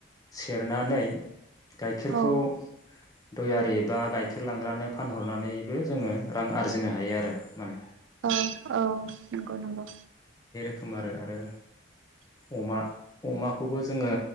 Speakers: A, on the left (about 20°); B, on the right (about 80°).
A: सेरनानै <inaudible> गाइखेरखौ
B: औ
A: दयारि बा गाइखेर लांग्रानो फानहरनानैबो जोङो रां आरजिनो हायो आरो माने
B: औ औ नंगौ नंगौ।
A: खोमारो आरो। अमा अमाखौबो जोङो